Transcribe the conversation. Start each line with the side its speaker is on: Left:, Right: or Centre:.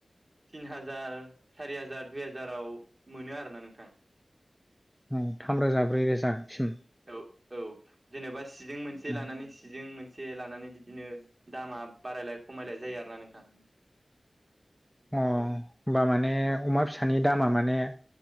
Right: तिन हाजार सारि हाजार दुइ हाजाराव मोनो आरोना नोंथां
Centre: औ थामरोजा ब्रै रोजासिम
Right: औ औ जेनेबा सिजों मोनसे
Centre: औ
Right: लानानै सिजों मोन से लानानै बिदिनो दामा बारायलाय खमायलाय जायो आरोना नोंथां।
Centre: अ होनबा
Right: औ
Centre: माने
Right: औ
Centre: अमा फिसानि दामा माने